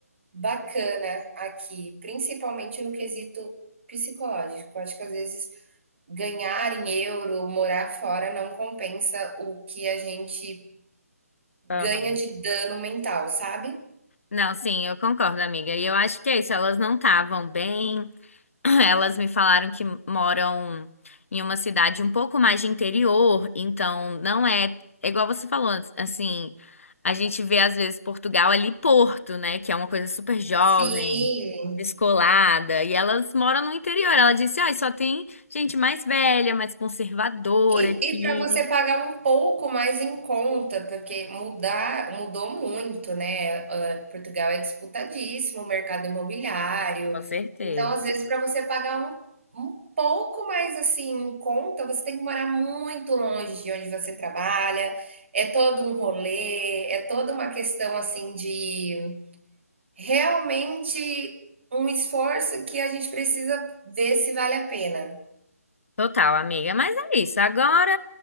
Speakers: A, on the right; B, on the left.
A: bacana aqui, principalmente no quesito psicológico. Acho que às vezes ganhar em euro, morar fora, não compensa o que a gente ganha
B: Aham.
A: de dano mental, sabe?
B: Não, sim, eu concordo, amiga. E eu acho que é isso, elas não estavam bem. <laughs> <clears throat> Elas me falaram que moram em uma cidade um pouco mais de interior, então não é, é igual você falou, assim, a gente vê às vezes Portugal ali Porto, né, que é uma coisa super jovem,
A: Sim,
B: descolada, e elas moram no interior. Ela disse: "Ah, só tem gente mais velha, mais conservadora
A: E,
B: aqui".
A: e para você pagar um pouco mais em conta, porque mudar, mudou muito, né? Ah, Portugal é disputadíssimo, o mercado imobiliário.
B: Com certeza.
A: Então, às vezes, para você pagar um, um pouco mais assim em conta, você tem que morar muito longe de onde você trabalha. É todo um rolê, é toda uma questão assim de realmente um esforço que a gente precisa ver se vale a pena.
B: Total, amiga. Mas é isso. Agora